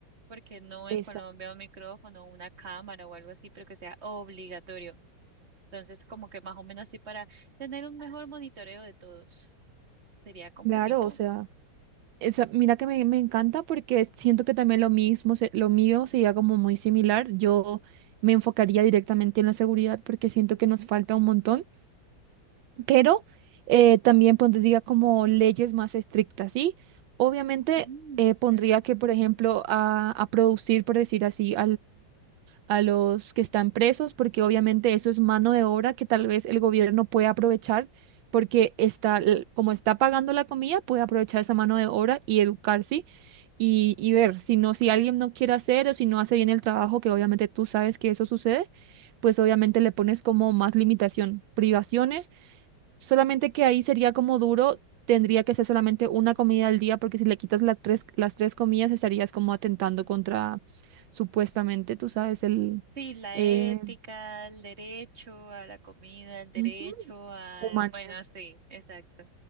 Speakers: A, on the right; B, on the right.
A: porque no en
B: sí,
A: Colombia un micrófono, una cámara o algo así, pero que sea obligatorio. Entonces, como que más o menos así para tener un mejor monitoreo de todos, sería como
B: Claro,
A: mi punto.
B: o sea, esa, mira que me, me encanta porque siento que también lo mismo, se- lo mío sería como muy similar. Yo me enfocaría directamente en la seguridad porque siento que nos falta un montón, pero eh, también pondría como leyes más estrictas, ¿sí? Obviamente
A: Mm,
B: eh, pondría
A: ok.
B: que, por ejemplo, a, a producir, por decir así, a los que están presos, porque obviamente eso es mano de obra que tal vez el gobierno puede aprovechar, porque está, l- como está pagando la comida, puede aprovechar esa mano de obra y educarse y, y ver si no, si alguien no quiere hacer o si no hace bien el trabajo, que obviamente tú sabes que eso sucede, pues obviamente le pones como más limitación, privaciones Solamente que ahí sería como duro, tendría que ser solamente una comida al día, porque si le quitas las tres, las tres comidas estarías como atentando contra, supuestamente, tú sabes, el
A: Sí, la
B: eh,
A: ética, el derecho a la comida, el derecho
B: ujú,
A: al...
B: humanidad.
A: Bueno, sí, exacto.